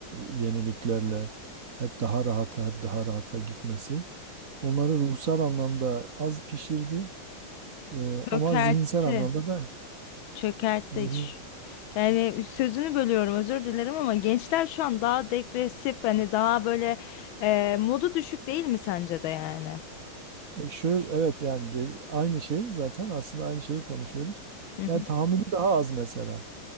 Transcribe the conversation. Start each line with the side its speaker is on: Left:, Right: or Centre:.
Right: e, yeniliklerle hep daha rahata hep daha rahata gitmesi onları ruhsal anlamda az pişirdi. E,
Left: Çökertti.
Right: ama zihinsel anlamda da
Left: Çökertti
Right: zihin,
Left: iş. Yani sözünü bölüyorum özür dilerim ama gençler şu an daha degresif hani daha böyle e, modu düşük değil mi sence de yani?
Right: E şöyle evet yani de- aynı şey zaten aslında aynı şeyi konuşuyoruz.
Left: Hı hı.
Right: Yani tahammülü daha az mesela.